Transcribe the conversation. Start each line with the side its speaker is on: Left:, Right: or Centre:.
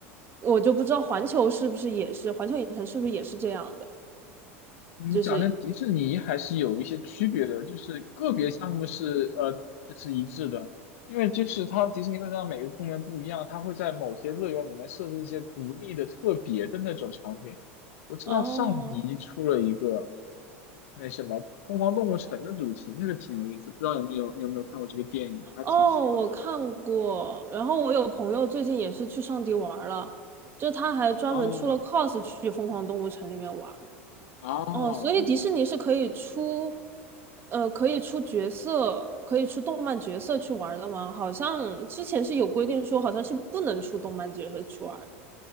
Right: 我就不知道环球是不是也是，环球影城是不是也是这样的？
Left: 嗯，
Right: 就是
Left: 讲真，迪士尼还是有一些区别的，就是个别项目是呃，这是一致的，因为就是它迪士尼会让每个公园不一样，它会在某些乐园里面设置一些独立的、特别的那种场景。我知道上迪出了一个
Right: 哦
Left: 那什么《疯狂动物城》的主题，那个挺有意思，不知道有没有你有没有看过这个电影，我还挺喜欢的。
Right: 哦，我看过。然后我有朋友最近也是去上迪玩儿了，就他还专门出了
Left: 哦，
Right: cos 去疯狂动物城里面玩儿。
Left: 哦，
Right: 哦，所以迪士尼是可以出，呃，可以出角色，可以出动漫角色去玩儿的吗？好像之前是有规定说，好像是不能出动漫角色去玩儿的。